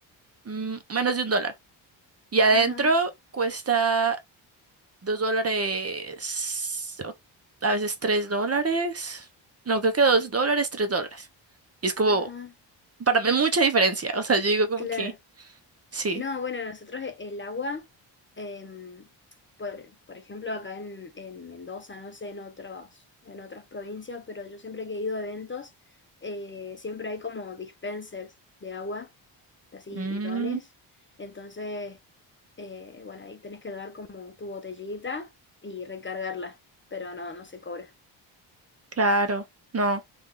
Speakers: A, on the right; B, on the left.
A: mm, menos de un dólar. Y adentro
B: Ajá.
A: cuesta dos dólares, o a veces tres dólares. No, creo que dos dólares, tres dólares. Y es como,
B: Ajá,
A: para mí mucha diferencia. O sea, yo digo como
B: claro.
A: que, sí.
B: No, bueno, nosotros e- el agua, em, por, por ejemplo, acá en, en Mendoza, no sé, en otros, en otras provincias, pero yo siempre que he ido a eventos, eh, siempre hay como dispensers de agua, así
A: Mm,
B: bidones. Entonces, eh, bueno, ahí tenés que dar como tu botellita y recargarla, pero no, no se cobra.
A: claro, no.